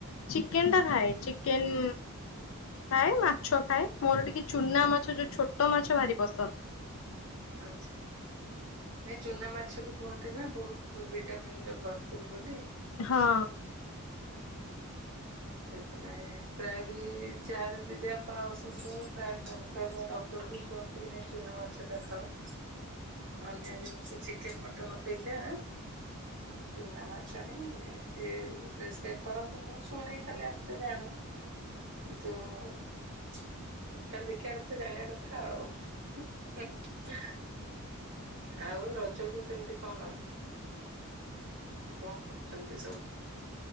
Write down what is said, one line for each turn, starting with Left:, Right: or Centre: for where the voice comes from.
Left: ଚିକେନ
Right: ଆଛା
Left: ଟା ଖାଏ। ଚିକେନ ଖାଏ ମାଛ ଖାଏ ମୋର ଟିକେ ଚୁନା ମାଛ ଯୋଉ ଛୋଟ ମାଛ ଭାରି ପସନ୍ଦ।
Right: ଆଚ୍ଛା ହୋଉ। ନାଇଁ ଚୁନା ମାଛ ବି କୁହନ୍ତି ନା ବୋହୁତ ଭିଟାମିନରେ ଭରପୁର ବୋଲି।
Left: ହଁ।
Right: ସେଇଥିପାଇଁ ପ୍ରାୟ ବି ଚାର ବିଦ୍ୟା ପା ଅସୁସ୍ଥ ହୁଏ ପ୍ରାୟ କମ ଖାଇବା ଡକ୍ଟର୍ ବି କୁହନ୍ତି ଏ ନାଇଁ ଚୁନା ମାଛ ଟା ଖାଅ।
Left: ହଁ <unintelligible>
Right: ଅନ୍ୟ ଜିନିଷ ଚିକେନ୍ ମଟନ୍ ଅପେକ୍ଷା ଏ ଚୁନା ମାଛ ହେନେ ସେ ପ୍ରେସକ୍ରାଇବ୍ କରନ୍ତି ମୁଁ ଶୁଣେ ଖାଲି ଆମେ ତ ଜାଣୁ <unintelligible> ତ ଟୋଟାଲ ଦେଖିବା କଥା ଜାଣିବା କଥା ଆଉ। ଆଉ ରଜକୁ କେମିତି କଣ, କଣ କରୁଛନ୍ତି ସବୁ?